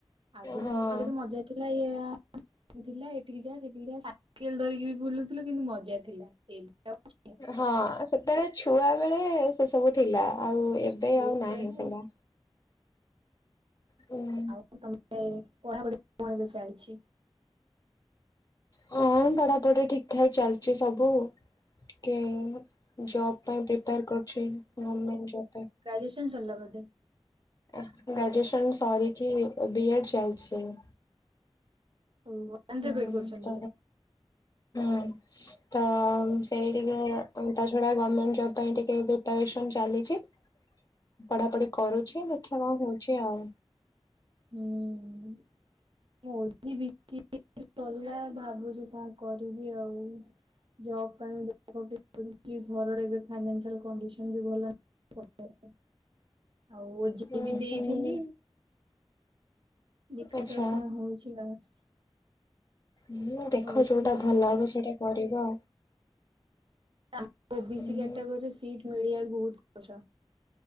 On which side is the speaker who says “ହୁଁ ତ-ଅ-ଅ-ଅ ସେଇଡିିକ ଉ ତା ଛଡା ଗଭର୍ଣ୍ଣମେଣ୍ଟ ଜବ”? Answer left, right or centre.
Left